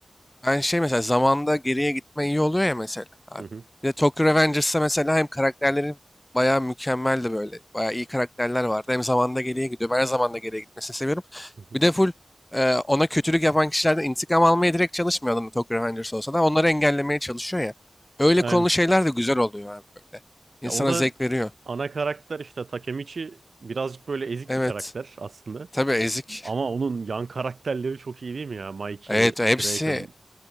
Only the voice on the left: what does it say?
Ben şey mesela zamanda geriye gitme iyi oluyor ya mesela abi.
Bir de Tokyo Revengers'ta mesela hem karakterlerin bayağı mükemmeldi böyle. Bayağı iyi karakterler vardı. Hem zamanda geriye gidiyor. Ben her zamanda geriye gitmesini seviyorum.
Bir de full e, ona kötülük yapan kişilerden intikam almaya direkt çalışmıyor adam Tokyo Revengers olsa da. Onları engellemeye çalışıyor ya. Öyle
konulu şeyler de güzel oluyor abi böyle. İnsana
zevk veriyor.
Evet.
Tabii ezik.
Evet hepsi